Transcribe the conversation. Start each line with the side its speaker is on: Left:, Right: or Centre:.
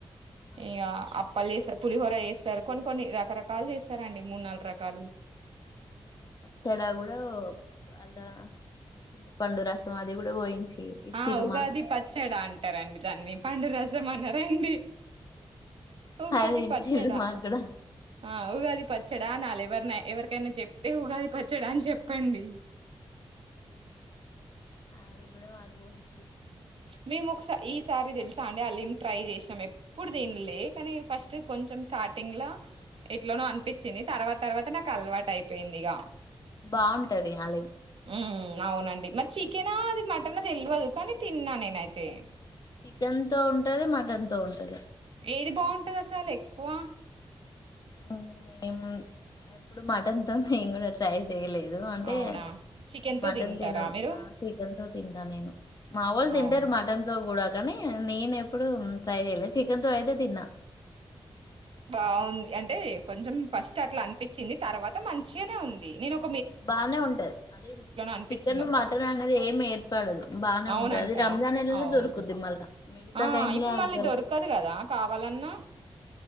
Left: ఆ,
Right: ఇగ అప్పల్ ఎసర్ పులిహోర చేస్తారు కొన్ని కొన్ని రకరకాలు చేస్తారండి మూడు నాలుగు రకాలు
Left: ఆ పచ్చడ కూడా అలా చింతపండు రసం అది కూడా పోయించి ఇచ్చిరు
Right: ఆ ఉగాది
Left: మాకు
Right: పచ్చడా అంటారండి దాన్ని పండురస్ జ మన్నారా అండి ఉగాది
Left: అది ఇచ్చిళ్ళు
Right: పచ్చడా
Left: మాకు కూడా
Right: ఆ ఉగాది పచ్చడా న ఎవరినా ఎవరికైనా చెప్తే ఉగాది పచ్చడా అని చెప్పండి
Left: అది కూడా మాకు వొషి
Right: మీ ముక్స ఈ సారి తెలుసా అం అలీం ట్రై చేసినాం ఎప్పుడు తినలే కానీ ఫస్ట్ కొంచెం స్టార్టింగ్ ల ఎట్లనో
Left: ఆ
Right: అనిపించిది తర్వాత తర్వాత నాకు కలవాటు అయిపోయింది ఇగ
Left: బాగుంటది అలి
Right: ఊ అవునండి మరి చికెనా అది మటన తెల్వదు కానీ తిన్నా నేనైతే
Left: చికెన్ తో ఉంటది మటన్ తో ఉంటది
Right: ఏది బాగుంటది అసలు ఎక్కువ
Left: ఊ మేము ఎప్పుడు మటన్ తో మేము కూడా ట్రై చేయలేదు అంటే
Right: అవునా చికెన్
Left: నేను
Right: తో
Left: మటన్
Right: తింటారా
Left: తినను
Right: మీరు
Left: ఆ చికెన్ తో తింటా నేను మావోల్ తింటరు
Right: అవునా
Left: మటన్ తో కూడా కానీ నేను ఎప్పుడు ట్రై చెయలే చికెన్ తో అయితే తిన్నా
Right: బాగుంది అంటే కొంచెం ఫస్ట్ అట్లా అనిపించింది తర్వాత మంచిగానే ఉంది నేను ఒ
Left: బానే ఉంటది అదే అది
Right: అనిపించిందంతా
Left: చికెన్ మటన్ అనేది ఏమి ఏర్పడదు బాగానే
Right: అవునంట
Left: ఉంటంది అది రంజాన్ నెలలో
Right: అవును
Left: దొరుకుద్ది మళ్ళా మిగతా
Right: ఆ
Left: టైమ్
Right: ఇప్పుడు
Left: లో అది
Right: మళ్ళీ దొరకదు కదా కావాలన్నా